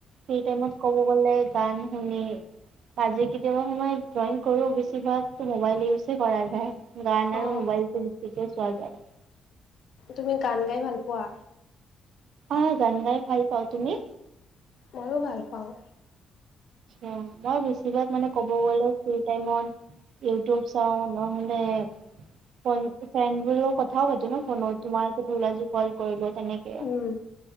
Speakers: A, on the right; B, on the left.
A: ফ্ৰী টাইমত ক'ব গ'লে গান শুনি, আজি কেতিয়াবা সময়ত ড্ৰয়িং কৰো বেছিভাগ মবাইল ইউছে কৰা যাই, গান
B: অ
A: আৰু মোবাইল টো বেছিকে চোৱা যায়।
B: তুমি গান গাই ভাল পোৱা?
A: অ গান গাই ভাল পাওঁ, তুমি?
B: ময়ো ভাল পাওঁ।
A: আঁ, মই বেছিভাগ মানে কব গলে ফ্ৰী টাইমত- ইউটিউব চাওঁ নহ'লে ফন ফ্ৰেণ্ড বোৰ লগত কথাও পাতো ন ফোনত। তোমাৰ ধৰি লোৱা যি কল কৰিলো তেনেকে।
B: উম